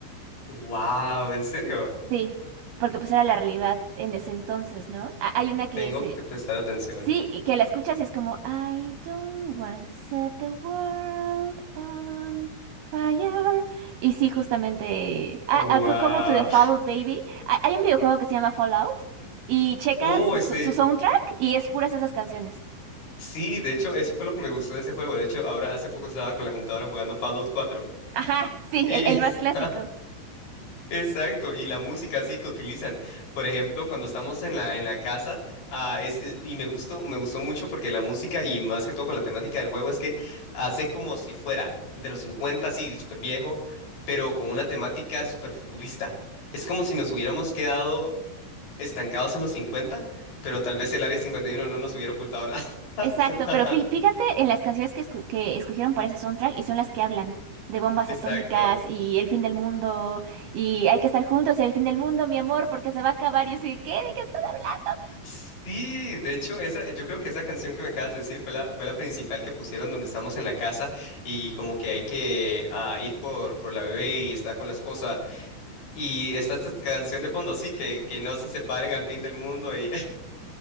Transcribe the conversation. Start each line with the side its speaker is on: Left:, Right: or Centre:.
Left: wow, ¿en serio?
Right: Sí, porque pues era la realidad en ese entonces, ¿no? Ha- Hay una que
Left: Tengo
Right: se,
Left: que prestar atención.
Right: Sí, y que la escuchas y es como, I don't want to set the world on fire. Y sí, justamente, ah,
Left: Wow.
Right: ah, co- como To The Fallout Baby, hay hay un videojuego que se llama Fallout y checa
Left: Oh,
Right: su,
Left: sí.
Right: su soundtrack y es puras esas canciones.
Left: Sí, de hecho, eso fue lo que me gustó de ese juego. De hecho, ahora hace poco estaba con la computadora jugando Fallout 4.
Right: Ajá, sí,
Left: Y
Right: el, el más clásico.
Left: <laughs> exacto, y la música así que utilizan. Por ejemplo, cuando estamos en la en la casa, ah, es, es- y me gustó, me gustó mucho porque la música y más que todo con la temática del juego es que hace como si fuera de los 50 así súper viejo, pero con una temática súper futurista. Es como si nos hubiéramos quedado estancados en los 50, pero tal vez el área 51 no nos hubiera ocultado nada. <laughs>
Right: Exacto, pero fí- fíjate en las canciones que, escu- que escogieron para ese soundtrack y son las que hablan de bombas
Left: Exacto.
Right: atómicas y el fin del mundo y hay que estar juntos en el fin del mundo, mi amor, porque se va a acabar. Y yo sé, ¿qué? ¿De qué están hablando?
Left: Sí, de hecho, esa, yo creo que esa canción que me acabas de decir fue la, fue la principal que pusieron donde estamos en la casa y como que hay que ah, ir por, por la bebé y está con la esposa y está esta canción de fondo, sí, que, que no se separen al fin del mundo y